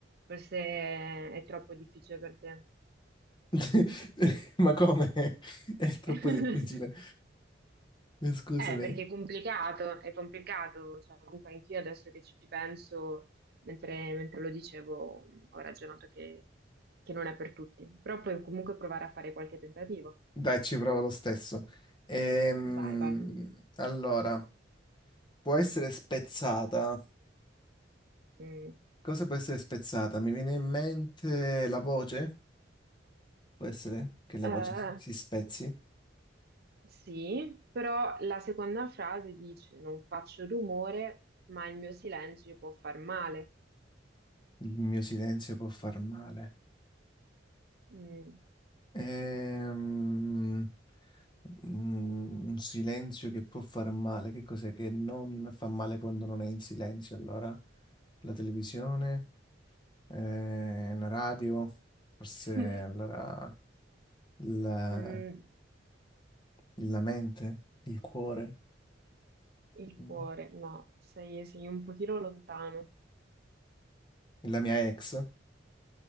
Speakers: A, on the right (about 55°); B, on the left (about 25°).
A: Forse è troppo difficile per te.
B: <laughs> Ma come? <laughs> È troppo
A: Eh,
B: difficile. Scusami.
A: perché è complicato, è complicato, cioè, comunque anch'io adesso che ci penso, mentre, mentre lo dicevo, mh, ho ragionato che, che non è per tutti, però puoi comunque provare a fare qualche tentativo.
B: Dai, ci provo lo stesso. Ehm,
A: Vai, vai.
B: allora. Può essere spezzata.
A: Mm.
B: Cosa può essere spezzata? Mi viene in mente la voce? Può essere che la
A: Eh,
B: voce si, si spezzi?
A: sì, però la seconda frase dice: Non faccio rumore, ma il mio silenzio può far male.
B: Il mio silenzio può far male.
A: Mm.
B: Ehm, mm, un silenzio che può far male. Che cos'è che non fa male quando non è in silenzio? Allora, la televisione, eh, la radio, forse allora
A: <laughs>
B: la,
A: Mm.
B: la mente, il cuore,
A: Il
B: mm,
A: cuore, no, sei, sei un pochino lontano.
B: la mia ex.